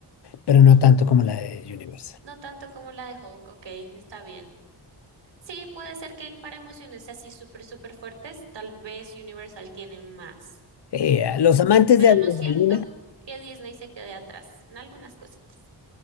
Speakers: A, on the left; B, on the right.
A: pero no tanto como la de Universal.
B: No tanto como la de Hulk, ok, está bien. Sí, puede ser que en- para emociones así súper, súper fuertes, tal vez Universal tiene más.
A: Eh, a los amantes
B: Pero
A: de adrenalina,
B: no siento que Disney se quede atrás en algunas cositas.